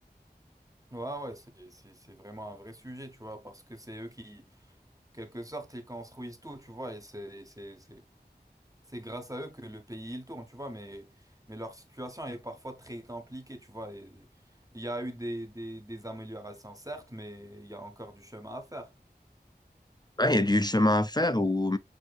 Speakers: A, on the right (about 20°); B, on the left (about 25°).
A: ouais, ouais, ouais, c'est, c'est, c'est vraiment un vrai sujet, tu vois, parce que c'est eux qui, en quelque sorte, ils construisent tout, tu vois, et c'est, c'est, c'est- c'est grâce à eux que le pays il tourne, tu vois, mais, mais leur situation est parfois très compliquée, tu vois. et il y a eu des, des, des améliorations, certes, mais il y a encore du chemin à faire.
B: Ouais, il y a du chemin à faire. Ou...